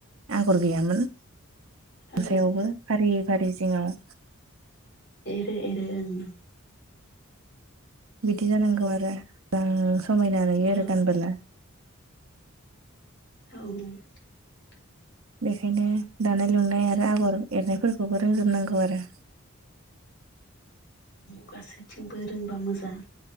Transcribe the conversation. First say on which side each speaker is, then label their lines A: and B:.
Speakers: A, on the right; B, on the left.
A: आगर गैयामोन गामसायावबो
B: औ
A: फारि फारि जिङाव
B: एरै एरै ओं
A: बिदि जानांगौ आरो गोजां समायना नुयो आरो
B: ओं
A: गानबोला
B: औ
A: बेखायनो दानाय लुनाय आरो आगर एरनायफोरखौबो रोंजोबनांगौ आरो
B: गासैथिंबो रोंबा मोजां